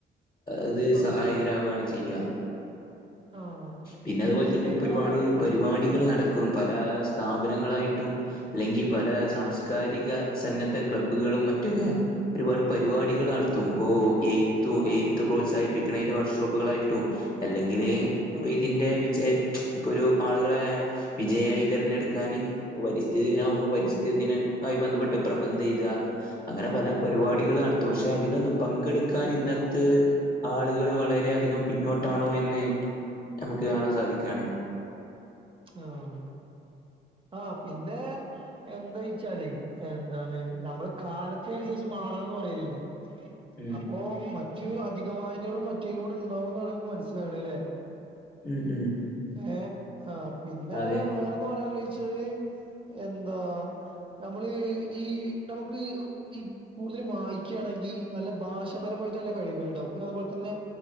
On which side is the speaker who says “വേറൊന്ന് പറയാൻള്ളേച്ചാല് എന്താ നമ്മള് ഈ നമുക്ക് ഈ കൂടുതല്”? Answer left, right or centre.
Right